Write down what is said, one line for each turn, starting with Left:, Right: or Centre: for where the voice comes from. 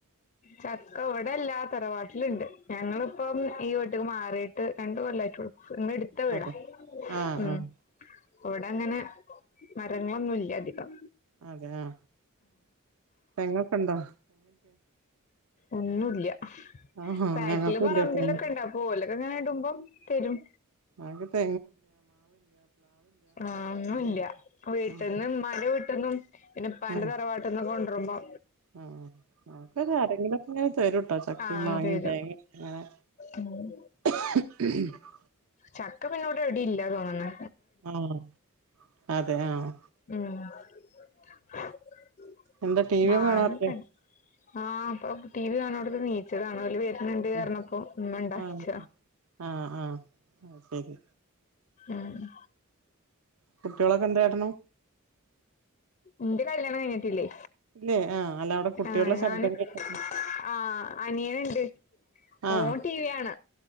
Left: ചക്ക ഇവിടല്ലാ തറവാട്ടില്ണ്ട് ഞങ്ങളിപ്പം ഈ വീ മാറിയിട്ട് രണ്ട് കൊല്ലായിട്ടൊള്ളു ഇന്ന്ട് ത്ത വീടാ
Right: അതെ ആഹ്
Left: ഉം
Right: ആഹ്
Left: ഇവിടങ്ങനെ മരങ്ങളൊന്നുല്യ അധികം
Right: അതെയോ തെങ്ങൊക്കെണ്ടോ
Left: ഒന്നുല്യ
Right: ആഹാ
Left: ബാക്കില്
Right: ഞങ്ങൾക്കും
Left: പറമ്പിലൊക്കെ
Right: ഇല്ലാട്ടോ ഒന്നും
Left: ഇണ്ടാവും ഓലൊക്കെ ഇങ്ങനെ ഇടുമ്പം തരും
Right: അതിപ്പ
Left: ആഹ് ഒന്നൂല്യ
Right: ഒന്നുല്ല
Left: വീട്ടിന്ന്
Right: ഉം
Left: ഇമ്മാന്റെ വീ ട്ട്ന്നും പിന്നെപ്പാന്റെ
Right: ഉം
Left: തറവാട്ട്ന്നൊക്ക കൊണ്ടറുമ്പോ
Right: ആഹ് നമക്കൊക്കെ ആരെങ്കിലൊക്കെ ഇങ്ങനെ തരുട്ടോ ചക്കേം
Left: ആഹ്
Right: മാങ്ങേ
Left: തരും
Right: തേങ്ങേ അങ്ങനെ
Left: ഉം
Right: <unintelligible>
Left: ചക്ക പിന്നെ ഇവിടെ എവിട്യേ ഇല്ലാ തോന്ന്ണ്
Right: ആഹ് അതെ ആഹ്
Left: ഉം
Right: എന്താ ടീവി
Left: മാങ്ങൊക്കെ
Right: കാണാറില്ലേ
Left: ഉണ്ട് ആഹ് ഇപ്പൊ ടി വി കാണോട്ത്ത്ന്ന് നീച്ചതാണ് ഓല് വെ ങ്ങനെണ്ട്
Right: അതെ
Left: അർഞ്ഞപ്പോ, ഉമ്മ ഉണ്ടാക്കിച്ച.
Right: ആഹ് ആഹ് ആഹ് അയ്ശരി
Left: ആഹ്
Right: കുട്ടികളൊക്കെ എന്ത് കാട്ടണു
Left: ഇന്റെ കല്യാണം കഴിഞ്ഞിട്ടില്ലേ
Right: ഇല്ലേ ആഹ് അല്ല അവിടെ കുട്ടികളുടെ
Left: ആഹ് ഞാന്
Right: ശബ്ദം കേട്ട
Left: ആഹ് അനിയനിണ്ട്
Right: ആഹ്
Left: ഓൻ ടീവിയാണ്